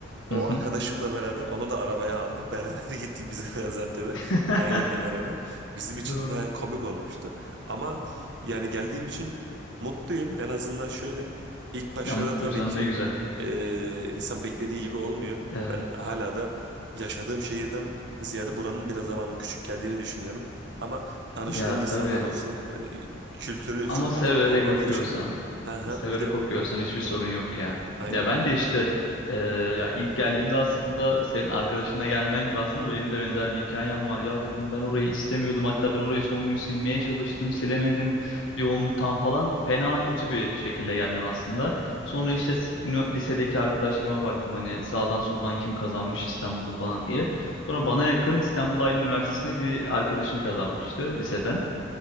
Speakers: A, on the right; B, on the left.
A: o
B: Hı hı.
A: arkadaşımla beraber onu da arabaya aldım. <laughs> Beraber gittik biz Gaziantep'e
B: <laughs>
A: ailemle beraber. Bizim için
B: Oo.
A: baya komik olmuştu. Ama yani geldiğim için mutluyum. En azından şöyle ilk başlarda
B: Ya mutluysan
A: tabii ki
B: ne güzel.
A: e, insan beklediği gibi olmuyor.
B: Evet.
A: Ben hala da yaşadığım şehirden ziyade buranın biraz daha bana küçük geldiğini düşünüyorum. Ama tanıştığım
B: Ya
A: insanlar
B: tabii.
A: olsun e, kültürü
B: Ama
A: çok
B: severek
A: da farklı olmadığı
B: okuyorsan,
A: için. Hı hı.
B: severek
A: Bir de
B: okuyorsan hiçbir sorun yok ya.
A: aynen
B: Ya ben de işte e, ya ilk geldiğimde aslında senin arkadaşınla gelmen gibi aslında bu benim de benzer bir hikayem var. Ya dedim ben orayı istemiyordum. Hatta ben orayı son gün silmeye çalıştım, silemedim yoğunluktan falan. Fena kötü bir şekilde geldim aslında. Sonra işte s- ünü- lisedeki arkadaşlarıma baktım hani sağdan soldan kim kazanmış İstanbul'u falan diye. Sonra bana yakın İstanbul Aydın Üniversitesi'ne bir arkadaşım kazanmıştı liseden.